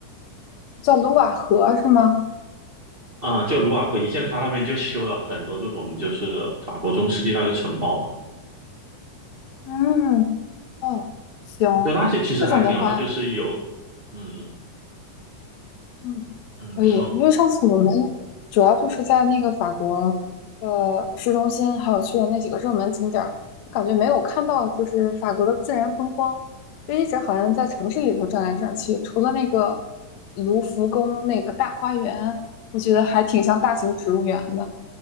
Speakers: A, on the left; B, on the right.
A: 叫卢瓦河是吗？
B: 啊、就卢瓦河一线，它那边就修了很多这种，就是法国中世纪那个城堡嘛。
A: 嗯，哦，行，
B: 对，那些其实还挺好，
A: 这种的话。
B: 那就是有，嗯嗯
A: 嗯，
B: 嗯，
A: 可以，
B: 你说，
A: 因为上次我们主要就是在那个法国的市中心，还有去的那几个热门景点儿，我感觉没有看到就是法国的自然风光，就一直好像在城市里头转来转去，除了那个卢浮宫那个大花园，我觉得还挺像大型植物园的，